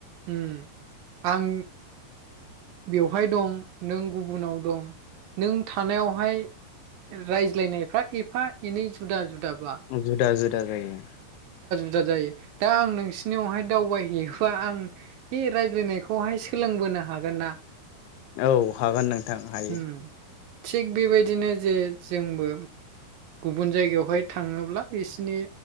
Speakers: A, on the right; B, on the left.
A: उम आं बेवहाय दं नों गुबुनाव दं नों थानायावहाय रायज्लायनायफ्रा एफा एनै जुदा जुदा
B: जुदा जुदा जायो
A: बुरजा जायो दा आं नोंसिरनियावहाय दावबायहैबा आं बे रायज्लनायखौहाय सोलोंबोनो हागोन <unintelligible>
B: औ हागोन नोंथां हायो
A: उम थिग बेबायदिनो जे जोंबो गुबुन जायगायावहाय थाङोब्ला बिसनि